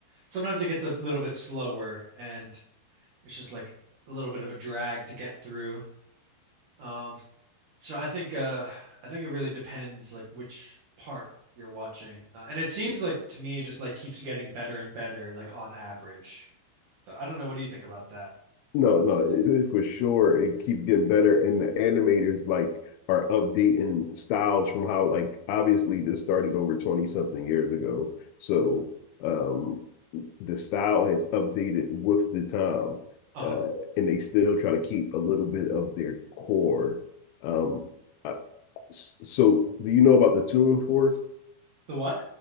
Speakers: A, on the right (about 80°); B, on the left (about 80°).
A: sometimes it gets a little bit slower and it's just like a little bit of a drag to get through. Um, so I think uh I think it really depends like which part you're watching. Uh, and it seems like to me it just like keeps getting better and better like on average. But I don't know, what do you think about that?
B: no, no, it, for sure, it keeps getting better, and the animators like are updating styles from how like obviously this started over 20 something years ago. So um the style has updated with the time.
A: Uh-huh.
B: Uh, and they still try to keep a little bit of their core. Um, I, So, do you know about the Tune Force?
A: The what?